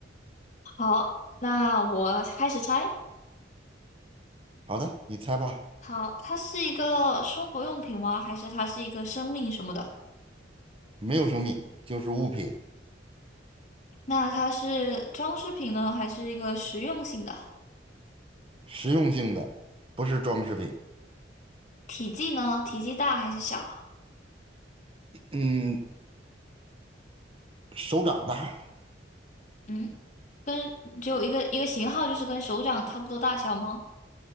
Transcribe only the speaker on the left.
好，那我开始猜。
好，它是一个生活用品吗？还是它是一个生命什么的？
那它是装饰品呢，还是一个实用性的？
体积呢？体积大还是小？
嗯，跟只有一个一个型号，就是跟手掌差不多大小吗？